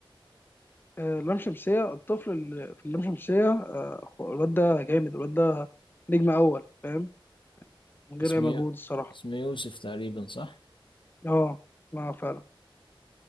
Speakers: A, on the left; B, on the left.
A: آه، لام شمسية الطفل اللي في اللام شمسية آه، هو الواد ده جامد الواد ده نجم أول فاهم من غير
B: اسمه
A: أي مجهود الصراحة
B: اسمه يوسف تقريبا صح
A: اه ما فعلا